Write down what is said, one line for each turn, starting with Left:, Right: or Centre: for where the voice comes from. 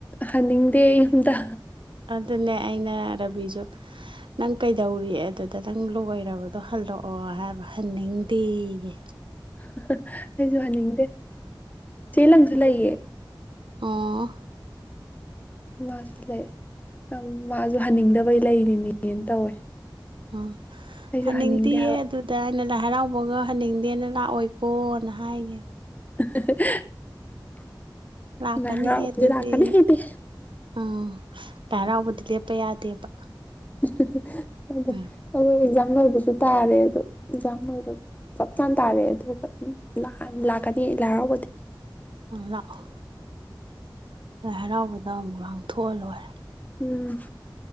Left: ꯍꯟꯅꯤꯡꯗꯦ ꯌꯨꯝꯗ
Right: ꯑꯗꯨꯅꯦ ꯑꯩꯅ ꯔꯕꯤꯁꯨ ꯅꯪ ꯀꯩꯗꯧꯔꯤ ꯑꯗꯨꯗ ꯅꯪ ꯂꯣꯏꯔꯕꯗꯣ ꯍꯜꯂꯛꯑꯣ ꯍꯥꯏꯕ ꯍꯟꯅꯤꯡꯗꯦꯌꯦ
Left: <unintelligible> ꯑꯩꯁꯨ ꯍꯟꯅꯤꯡꯗꯦ ꯆꯦ ꯂꯪꯁꯨ ꯂꯩꯌꯦ
Right: ꯎꯝ
Left: ꯃꯥꯁꯨ ꯂꯩ ꯑꯝ ꯃꯥꯁꯨ ꯍꯟꯅꯤꯡꯗꯕꯩ ꯂꯩꯔꯤꯅꯦꯅ ꯇꯧꯋꯦ
Right: ꯎꯝ
Left: ꯑꯩꯁꯨ
Right: ꯍꯟꯅꯤꯡꯗꯤꯌꯦ
Left: ꯍꯟꯅꯤꯡꯗꯦ ꯍꯥꯏꯕ
Right: ꯑꯗꯨꯗ ꯑꯩꯅ ꯂꯥꯏ ꯍꯔꯥꯎꯕꯒ ꯍꯟꯅꯤꯡꯗꯦꯅ ꯂꯥꯛꯑꯣꯏꯀꯣ ꯅ ꯍꯥꯏꯒꯤꯝ
Left: <unintelligible>
Right: ꯂꯥꯛꯀꯅꯤꯍꯦ
Left: ꯂꯥꯏ ꯍꯔꯥꯎꯕꯗꯤ
Right: ꯑꯗꯨꯗꯤ
Left: ꯂꯥꯀꯅꯤ ꯑꯩꯗꯤ
Right: ꯑꯥ ꯂꯥꯏ ꯍꯔꯥꯎꯕꯗꯤ ꯂꯦꯞꯄ ꯌꯥꯗꯦꯕ
Left: <unintelligible> ꯑꯩꯗꯣ
Right: ꯎꯝ
Left: ꯑꯦꯛꯖꯥꯝ ꯥꯅꯣꯏꯒꯤꯁꯨ ꯇꯥꯔꯦ ꯑꯗꯨ ꯑꯦꯛꯖꯥꯝ ꯂꯣꯏꯕ ꯆꯞ ꯆꯥꯟ ꯇꯥꯔꯦ ꯑꯗꯨꯒ ꯎꯝ ꯅꯍꯥꯟ ꯂꯥꯛꯀꯅꯤ ꯂꯥꯏ ꯍꯔꯥꯎꯕꯗꯤ
Right: ꯂꯥꯛꯑꯣ ꯂꯥꯏ ꯍꯔꯥꯎꯕꯗ ꯑꯃꯨꯛ ꯂꯥꯡꯊꯣꯛꯑ ꯂꯣꯏꯔꯦ
Left: ꯎꯝ